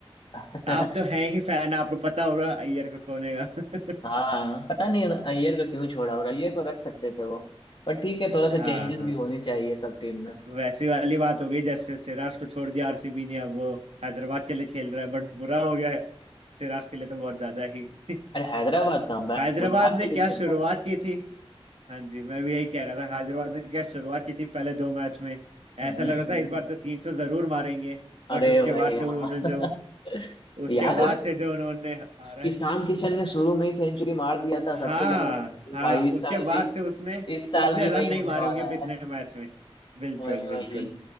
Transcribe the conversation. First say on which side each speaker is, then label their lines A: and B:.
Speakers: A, on the left; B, on the right.
A: <laughs>
B: आप तो हैं ही फैन आपको पता होगा अय्यर को खोने का
A: हाँ पता नहीं अय्यर को क्यों छोड़ा और अय्यर को रख सकते थे वो पर ठीक है थोड़ा सा
B: <laughs> हाँ
A: चेंजेस
B: हाँ
A: भी होने चाहिए सब टीम में
B: वैसी वाली बात हो गई जैसे सिराज को छोड़ दिया आरसीबी ने अब वो हैदराबाद के लिए खेल रहा है बट बुरा हो गया है सिराज के लिए तो बहुत ज्यादा ही <laughs>
A: अरे हैदराबाद का
B: हैदराबाद
A: गुजरात
B: ने
A: के
B: क्या
A: लिए खेल
B: शुरुआत
A: रहा है
B: की थी हाँ जी मैं भी यही कह रहा था हैदराबाद ने क्या शुरुआत की थी पहले दो मैच में ऐसा
A: हम्म हम्म,
B: लग रहा
A: हम्म।
B: था इस बार तो तीन सौ जरूर मारेंगे
A: अरे
B: बट उसके
A: भाई
B: बाद से
A: हाँ
B: उन्होंने जो
A: <laughs>
B: उसके
A: याद
B: बाद
A: है
B: से जो उन्होंने हारा
A: ईशान
B: है
A: किशन ने शुरू में ही सेंचुरी मार दिया था सबको
B: हाँ
A: लग रहा था अरे
B: हाँ
A: भाई इस
B: उसके
A: साल
B: बाद
A: भी
B: से उसने
A: इस साल
B: उतने
A: भी
B: रन
A: वही
B: नहीं
A: होने
B: मारे
A: वाला
B: होंगे कितने
A: है
B: मैच में बिल्कुल
A: वही
B: बिल्कुल
A: वही